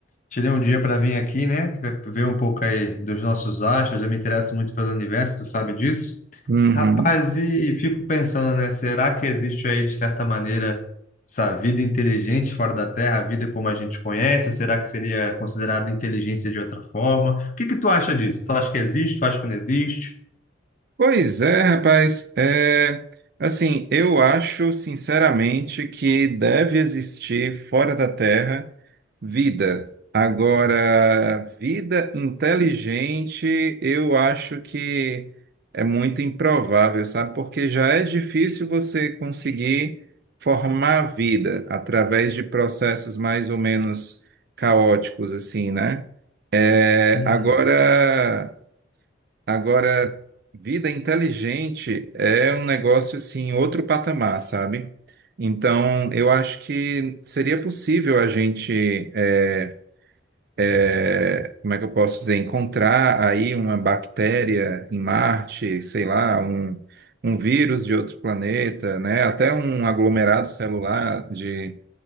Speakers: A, on the left; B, on the right.
A: tirei um dia para vir aqui, né? Ver ver um pouco aí dos nossos astros. Eu me interesso muito pelo universo, tu sabe disso?
B: Uhum.
A: Rapaz, e fico pensando, né? Será que existe aí, de certa maneira, essa vida inteligente fora da Terra, a vida como a gente conhece? Será que seria considerado inteligência de outra forma? O que que tu acha disso? Tu acha que existe? Tu acha que não existe?
B: Pois é, rapaz. É, assim, eu acho sinceramente que deve existir fora da Terra vida. Agora, vida inteligente, eu acho que é muito improvável, sabe? Porque já é difícil você conseguir formar vida através de processos mais ou menos caóticos, assim, né? É,
A: Uhum,
B: agora. Agora, vida inteligente é um negócio assim, outro patamar, sabe? Então, eu acho que seria possível a gente, é, é, como é que eu posso dizer, encontrar aí uma bactéria em Marte, sei lá, um, um vírus de outro planeta, né? Até um aglomerado celular de